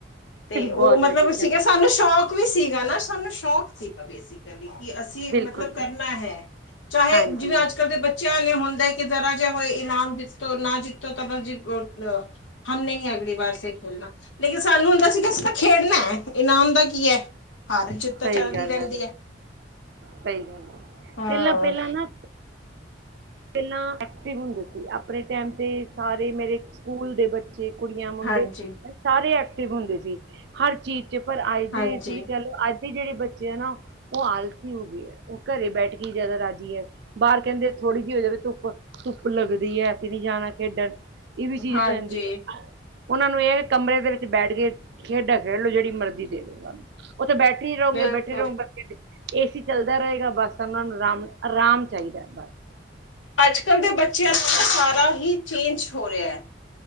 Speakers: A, on the left (about 85°); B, on the right (about 60°).
A: ਤੇ ਉਹ
B: ਬਹੁਤ
A: ਮਤਲਬ
B: ਵਧੀਆ
A: ਸੀਗਾ
B: ਗੱਲ ਐ,
A: ਸਾਨੂੰ ਸ਼ੌਕ ਵੀ ਸੀਗਾ। ਨਾ ਸਾਨੂੰ ਸ਼ੌਕ। ਸੀਗਾ ਬੇਸਿਕਲੀ ਕਿ ਅਸੀਂ
B: ਬਿਲਕੁਲ
A: ਮਤਲਬ ਕਰਨਾ ਹੈ। ਚਾਹੇ
B: ਹਾਂਜੀ,
A: ਜਿਵੇਂ ਅੱਜ ਕੱਲ ਦੇ ਬੱਚਿਆਂ ਹੁੰਦਾ ਕਿ ਜ਼ਰਾ ਜੇ ਹੋਏ ਇਨਾਮ ਜਿੱਤੋ ਨਾ ਜਿੱਤੋ ਤਾਂ ਬਸ <unintelligible> ਹਮ ਨਹੀਂ ਹੈੰ। ਅਗਲੀ ਵਾਰ ਸ ਸੇ ਖੋਲਣਾ ਲੇਕਿਨ ਸਾਨੂੰ ਹੁੰਦਾ ਸੀ ਕਿ ਅਸੀਂ ਤਾਂ ਖੇਡਣਾ ਹੈ। ਇਨਾਮ ਦਾ ਕੀ ਹੈ ਹ ਤਾਂ
B: ਸਹੀ
A: ਚੱਲਦੀ
B: ਗੱਲ
A: ਰਹਿੰਦੀ
B: ਐ,
A: ਹੈ।
B: ਸਹੀ ਗੱਲ ਐ।
A: ਹਮ
B: ਪਹਿਲਾਂ-ਪਹਿਲਾਂ ਨਾ ਪਹਿਲਾਂ ਐਕਟਿਵ ਹੁੰਦੇ ਸੀ ਆਪਣੇ ਟੈਮ ਤੇ ਸਾਰੇ ਮੇਰੇ ਸਕੂਲ ਦੇ ਬੱਚੇ ਕੁੜੀਆਂ, ਮੁੰਡੇ
A: ਹਾਂਜੀ
B: ਸਾਰੇ ਐਕਟਿਵ ਹੁੰਦੇ ਸੀ। ਹਰ ਚੀਜ਼ ਪਰ ਅੱਜ
A: ਹਾਂਜੀ
B: ਦੇ ਤੁਸੀਂ ਕਹਿ ਲਓ ਅੱਜ ਜਿਹੜੇ ਬੱਚੇ ਆ ਨਾ। ਉਹ ਆਲਸੀ ਹੋ ਗਏ ਹੈ। ਉਹ ਘਰੇ ਬੈਠ ਕੇ ਜਿਆਦਾ ਰਾਜੀ ਹੈ। ਬਾਹਰ ਕਹਿੰਦੇ ਥੋੜ੍ਹੀ ਜਿਹੀ ਹੋ ਜਾਵੇ ਧੁੱਪ-ਧੁੱਪ ਲਗਦੀ ਹੈ। ਅਸੀ ਨੀ ਜਾਣਾ ਖੇਡਣ। ਇਹ ਵੀ ਚੀਜ਼
A: ਹਾਂਜੀ
B: ਰਹਿੰਦੀ ਹੈ ਉਹਨਾਂ ਨੂੰ ਇਹ ਹੈ। ਕਮਰੇ ਦੇ ਵਿੱਚ ਬੈਠ ਕੇ ਖੇਡਾਂ ਖੇਡਲੋ ਜਿਹੜੀ ਮਰਜ਼ੀ ਦੇ ਦੋ ਉੱਥੇ ਬੈਠ ਹੀ ਰਹੋਗੇ।
A: ਬਿਲਕੁਲ
B: ਬੈਠੇ ਰਹੋਗੇ ਬਲ ਏ ਸੀ ਚੱਲਦਾ ਰਹੇਗਾ ਬਸ ਤਾਂ ਉਹਨਾਂ ਨੂੰ ਆਰਾਮ-ਆਰਾਮ ਚਾਹੀਦੈ ਬੱਸ
A: ਅੱਜ ਕੱਲ੍ਹ ਦੇ ਬੱਚਿਆਂ ਤੋਂ ਨਾ ਸਾਰਾ ਹੀ ਚੇਂਜ ਹੋ ਰਿਹਾ ਹੈ